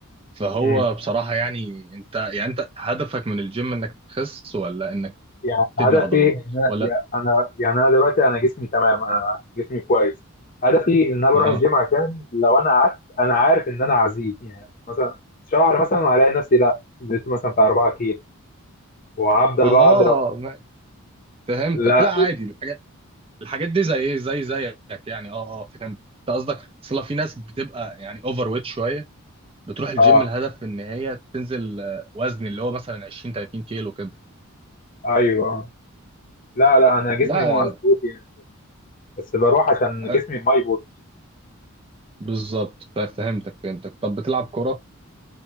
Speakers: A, on the right; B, on the left.
A: فهو
B: امم
A: بصراحة يعني انت يعني انت هدفك من الجيم انك تخس ولا انك
B: يعني هدفي
A: تبني عضلات
B: ان انا
A: ولا
B: يا- أنا- يعني انا دلوقتي انا جسمي تمام انا جسمي كويس هدفي ان انا بروح
A: اها
B: الجيم عشان لو انا قعدت انا عارف ان انا هزيد يعني مثلا شهر مثلا وهلاقي نفسي لا زدت مثلا بتاع 4 كيلو وهفضل
A: اها
B: بقى اضرب
A: ما- فهمتك
B: لا
A: لا عادي الحاجات الحاجات دي زي ايه زي زيك يعني اه اه فهمت انت قصدك اصل في ناس بتبقى يعني اوفر ويت شوية بتروح الجيم
B: اه
A: الهدف ان هي تنزل آه، وزن اللي هو مثلا 20 30 كيلو كده
B: ايوه آه. لا لا انا جسمي
A: لا
B: مظبوط يعني بس بروح عشان
A: هت-
B: جسمي ما يبوظ
A: بالظبط ففهمتك فهمتك طب بتلعب كرة